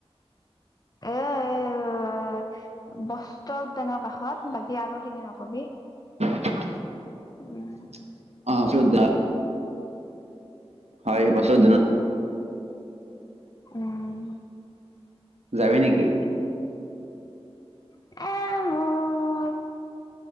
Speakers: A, on the left; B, on the right.
A: এ এ বস্ত্ৰ উদ্যানৰ কাষত বাকী আগৰ খিনি নকবি।
B: <inaudible>
A: উম
B: হয় এই বস্ত্ৰ
A: উম।
B: যাবি নেকি?
A: <inaudible>